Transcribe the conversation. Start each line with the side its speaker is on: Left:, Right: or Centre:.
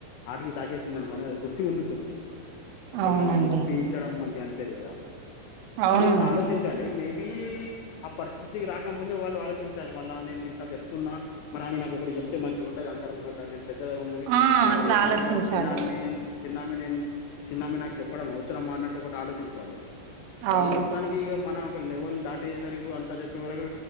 Left: ఆట్కి తాకేస్తుంది అనుకోని అది గుర్తు ఉండిపోతుది ఒకరిని
Right: అవునండి
Left: మనం నొప్పించడం మంచి అనిపేది కదా
Right: అవును
Left: వాళ్ళు కూడా
Right: మరి
Left: ఆలోచించ లి మేబి ఆ పరిస్థితికి రాకముందు వాళ్ళు ఆలోచించాలి మళ్ళ నేనింత చెప్ప మరి ఆమె నాకు ఒకటి చెప్తే మంచి ఉంటది అందరు ముంగట్ నే పెద్ద నేను
Right: ఆ
Left: ఒకటి
Right: అట్లా
Left: చెప్పిన
Right: ఆలోచించాలి
Left: తరువాత చిన్న అమ్మాయి చిన్నమ నేను చిన్నమే నాకు చెప్పడం అవసరమా అన్నట్టు ఒకటి ఆలోచించాలి వాళ్ళు
Right: అవును
Left: మొత్తానికి ఇక మన ఒక లెవెల్ దాటేసరకు అంతా చెప్పే వరకు